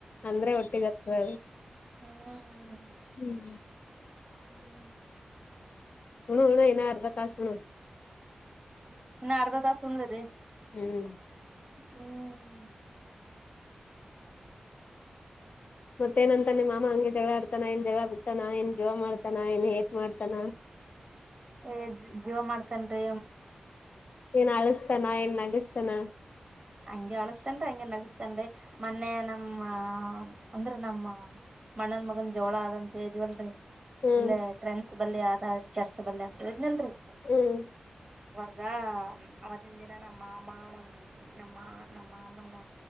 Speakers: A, on the left; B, on the right.
A: ಅಂದ್ರೆ
B: ಹ್ಮ
A: ಹೊಟ್ಟಿಗತ್ತದ
B: ಹ್ಮ್
A: ಹ್ಮ್
B: ಹ
A: ಹಣಣ ನ ಅರ್ಧ ತಾಸ ಹಣ
B: ನಾರದ ದಾಸುಣದೆ
A: ಹ್ಮ್
B: ಹ್ಮ್
A: ಮತ್ತೇಏನಂತ ನಿಮ್ಮ ಮಾಮ ಹಂಗೆ ಜಗಳ ಆಡ್ತಾನ ಇಏನ್ ಜಗಳ ಗತ್ತನ ಏನ್ ಜೋವ ಮಾಡತಾನ ನ್ ಹೆೇತ್ ಮಾಡ್ತಾನ
B: ಏ ಜೀವ ಮಾಡ್ತೇನ್ರಿ
A: ಏನ್ ಅಳಸ್ನ ಏನ್ ನಗಸ್ತಾನ
B: ಹಂಗೆ ಅಳಸ್ತನ್ರಿ ಹಂಗೆ ನಗಸ್ತನ್ರಿ ಮೊನ್ನೆ ನಮ್ಮ ಅಂದ್ರ ನಮ್ಮ ಮಣ್ಣನ್ ಮಗನ್ ಜೋಳ ಅಂತ ಇದವಲ್ರರಿ
A: ಹ್ಮ್
B: ಇಲ್ಲೇ ಟ್ರೆಂಡ್ಸ್ ಬಲ್ಲಿ ಆದ ಚರ್ಚ್ ಬಲ್ಲಿ ಅಂತ ಇದನಲ್ರರಿ
A: ಹ್ಮ್
B: ಅ ಅವತ್ತಿನ ದಿನ ನಮ್ಮ ಮಾಮ ನಮ್ಮ ನಮ್ಮ ನಮ್ಮ ಅಮ್ಮನ